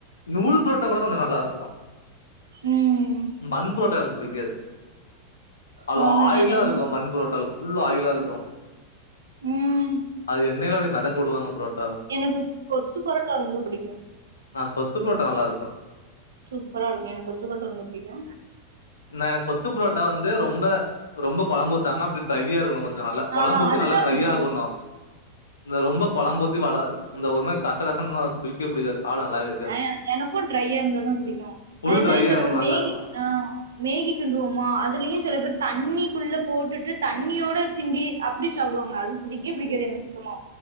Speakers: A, on the left; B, on the right.
A: நூல் பொரோட்டா கூட கொஞ்ச நல்லாருக்கு
B: ம்
A: பண் புரோட்டா எனக்கு புடிக்காது. அதுல
B: ஆ
A: ஆயிலா
B: என்னென்னமோ
A: இருக்கு பண் புரோட்டால ஃபுல் ஆயிலாருக்கு
B: ம்
A: அது எண்ணெயில அப்டியே மெதக்க வுடுவாங்க புரோட்
B: எனக்கு கொத்து பொரோட்டா ரொம்ப புடிக்கு
A: ஆ கொத்து புரோட்டா நல்லா இருக்குபா
B: சூப்பரா இருக்கு எனக் கொத்து பொரோட்டா ரொம்ப புடிக்கு
A: நா எனக் கொத்து புரோட்டா வந்து ரொம்ப ரொம்ப கொழம்பூத்தாம அப்டி டிரயா இருக்கனு கொஞ் கொஞ்சொ நல்லா
B: ஆ
A: கொழம்பூத்தி
B: அதுதா
A: நல்லா ட்ரை
B: ரொம்ப பிடிக்கு
A: ஆகணு இந்த ரொம்ப கொழம்பூத்தி வள இந்த ஒரு மாரி கச கசன்னா புடிக்கவே புடிக்காது சாப்ட நல்லாவே இருக்காது
B: அ எனக்கும் ட்ரையா இருந்தாதா புடிக்கு
A: ஃபுல்
B: அதே மாரி
A: ட்ரையா
B: இந்த
A: இருக்கணு
B: நம்ம
A: நல்லா
B: மேகி
A: இருக்கணு
B: ஆ மேகி கிண்டுவோமா அதுலயு சில பேர் தண்ணிக்குள்ள போட்டுட்டு தண்ணியோட கிண்டி அப்டி சாப் புடுவாங்க அது புடிக்கவே புடிக்காது எனக் சுத்தமா